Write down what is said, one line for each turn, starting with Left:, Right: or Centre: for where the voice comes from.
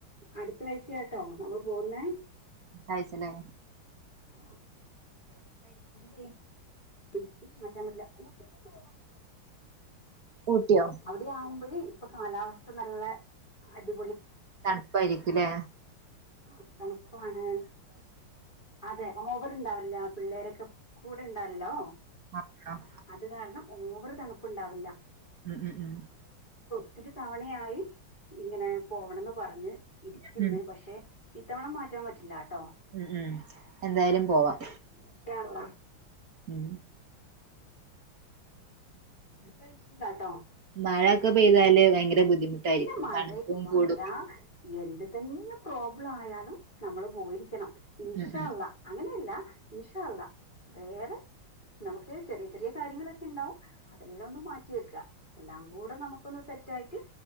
Left: അടുത്ത ആഴ്ചയാട്ടോ നമ്മള് പോവുന്നേ
Right: അടുത്താഴ്ചല്ലേ
Left: ആ ജയിച്ചു മാറ്റാൻ പറ്റില്ല ഊട്ടീല് പോവാം
Right: ഊട്ടിയോ
Left: അവിടെ ആവുമ്പൊഴ് ഇപ്പൊ കാലാവസ്ഥ നല്ല അടി
Right: തണുപ്പായിരിക്കുലേ
Left: ആ തണുപ്പാണ് അതെ ഓവർ ഉണ്ടാവില്ല പിള്ളേരൊക്കെ കൂടെ ഇണ്ടാവല്ലോ
Right: ആഹ് ആഹ്
Left: അത് കാരണം ഓവറ് തണുപ്പ് ഉണ്ടാവില്ല
Right: ഉം ഉം ഉം
Left: ഒത്തിരി തവണയായി ഇങ്ങനെ പോവണംന്ന് പറഞ്ഞ് ഇരിക്കുന്ന്
Right: ഉം
Left: പക്ഷെ ഇത്തവണ മാറ്റാൻ പറ്റില്ല ട്ടോ
Right: ഉ ഉം എന്തായാലും പോവാം
Left: ഇൻഷാ അള്ളാ
Right: ഉം
Left: അടുത്താഴ്ച്ചയിലാട്ടോ
Right: മഴ ഒക്കെ പെയ്താല് ഭയങ്കര ബുദ്ധിമുട്ടായിരിക്കും
Left: ഇല്ല മഴ
Right: തണുപ്പും
Left: മഴ
Right: കൂടും
Left: എന്ത് തന്നെ പ്രോബ്ലം ആയാലും നമ്മൾ പോയിരിക്കണം ഇൻഷ
Right: ഉം ഉം
Left: അള്ളാ അങ്ങനെയല്ല ഇൻഷാ അല്ലാഹ് വേറെ നമുക്ക് ചെറിയ ചെറിയ കാര്യങ്ങളൊക്കെ ഉണ്ടാവും അതെല്ലാം ഒന്നും മാറ്റി വെക്കാ എല്ലാം കൂടെ നമുക്കൊന്ന് സെറ്റ് ആയിട്ട്